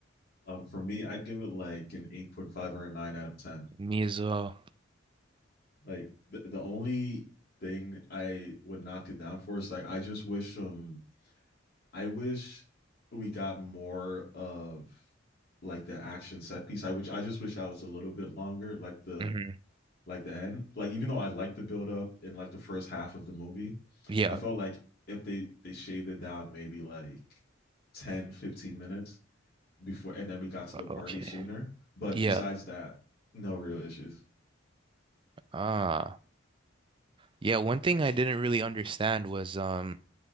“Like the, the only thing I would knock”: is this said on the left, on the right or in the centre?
Left